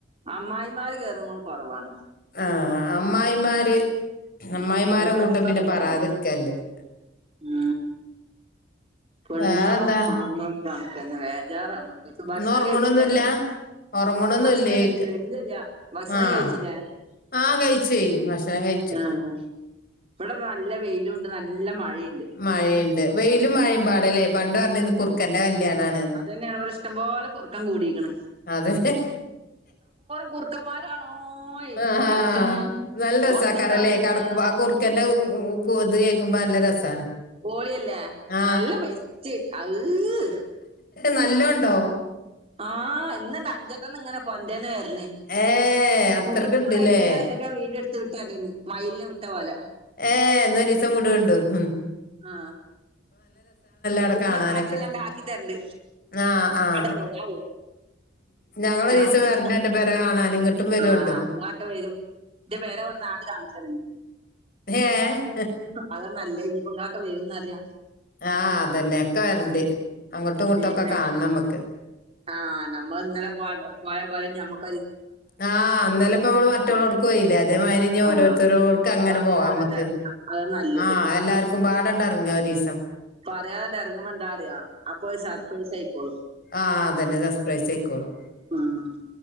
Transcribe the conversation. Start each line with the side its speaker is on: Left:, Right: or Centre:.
Right: അമ്മായിമാര് കേറുമ്പളും കൊറവാണ്.
Left: ആ അമ്മായിമാര്. അമ്മായിമാരെ
Right: അത് പെണ്ണുങ്ങളാങ്ങനെ
Left: കൂട്ടം പിന്നെ പറയാതിരിക്കാ
Right: പറീമ്പോ
Left: നല്ലത്
Right: ആ പെണ്ണുങ്ങളും
Left: വേറെന്താ
Right: ആണുങ്ങളോക്കെ കണക്കന്നെ വേജാറാണ്. ഭക്ഷണം
Left: ഇന്ന് ഒറങ്ങണൊന്നുല്ല
Right: കയിച്ചില്ലേനു
Left: ഒറങ്ങണൊന്നുല്ലേയ്ക്ക
Right: ഭക്ഷണം കഴിച്ചില്ലേ ഇല്ലല്ല ഭക്ഷണം
Left: ആഹ്
Right: കഴിച്ചില്ലേ.
Left: ആഹ് കഴിച്ചെയ് ഭക്ഷണം കഴിച്ചു.
Right: ആഹ് ഇവിടെ നല്ല വെയിലുമൊണ്ട് നല്ല മഴീണ്ട്
Left: മഴേംണ്ട് വെയിലും മഴേം പാടല്ലേ പണ്ട് പറഞ്ഞീന്നു കുറുക്കന്റെ കല്യാണാണ്ന്ന്
Right: ഇതന്നെ ഇവിടെ ഇഷ്ടംപോലെ കുറുക്കൻ കൂടീക്കണ്
Left: അതെ ഹേ
Right: കുറുക്കന്മാരാണോയ്
Left: ആഹാ
Right: നടക്കണ്
Left: നല്ല
Right: പൊന്തിയും
Left: രസാക്കാരലെ
Right: കാടും കൂടിയ
Left: കടക്ക്മ്പ കൊ ഇക്കാന്റെ ഉ ഉ കുത് കേക്കുമ്പ നല്ല രസാണ്
Right: ഓളിയല്ലേ
Left: ആ
Right: നല്ല ബെസ്റ്റ് അവ്ഹ്
Left: നല്ലൊണ്ടോ
Right: ആ ഇന്നൊണ്ട് അഞ്ചെട്ടണ്ണങ്ങനെ പൊന്തേന്ന് വര്ണ്
Left: ഏ അത്രക്ക്ണ്ട്ല്ലേ.
Right: മുറ്റത്തികൂടെ ഇങ്ങനെ ഇങ്ങ് ഒക്കെ വീഡിയോ എടുത്ത് വിട്ടേരാം ഇഞി മയിലിനെ വിട്ടപോലെ
Left: ഏ എന്ന ഒരീസംവിടൊണ്ടു ഹും
Right: ആ
Left: അവിടെ
Right: വിടണ
Left: കാണാനൊക്കെ.
Right: മാത്രല്ലാണ്ട് ആക്കിതരണ്ട്
Left: ആ ആ
Right: എടവൊ <unintelligible>
Left: ഞങ്ങളൊരീസം
Right: ഞാ കൊടുത്തിട്ടുണ്ട്
Left: വരണ്ട് അന്റെ പെര കാണാന് ഇങ്ങട്ടും വരോണ്ടു.
Right: ആ എന്നാഒക്കെ വെരും ദേ വേറെ ഒരുനാട് കാണിചരണ്
Left: ഏ ഹ്
Right: അതാ നല്ലത് ഇനിപ്പോ ഇങ്ങളൊക്കെ വെരോന്നറിയാ
Left: ആ അതന്നെ ഒക്കെവരണ്ട് അങ്ങോട്ടും ഇങ്ങോട്ടൊക്കെ
Right: പിന്നെ
Left: കാൺണം ഞമ്മക്ക്
Right: ആ നമ്മള് ഇന്നലെ പോയ പോയപോലെ ഇനി ഞമ്മക്
Left: ആ ഇന്നലെ ഇപ്പ ഞമ്മള് മറ്റോളോട്ക്കോയിലെ അതേമാരി ഞി
Right: ആ
Left: ഓരോര്ത്തരോ ക്കങ്ങനെ
Right: പറയാതെ
Left: പോവാമ്മക്ക്
Right: ഇറങ്ങാം അത് നല്ലത്
Left: ആ എല്ലാർക്കുമ്പാടണ്ടറങ്ങാ ഒരീസം
Right: പറയാതണ്ട് എറങ്ങുമ്പൊ എന്താ അറിയൊ അപ്പൊര് സർപ്രൈസായ്ക്കോളും
Left: ആ അതന്നെ സസ്പ്രൈസ് അയ്ക്കോളും
Right: ഉം.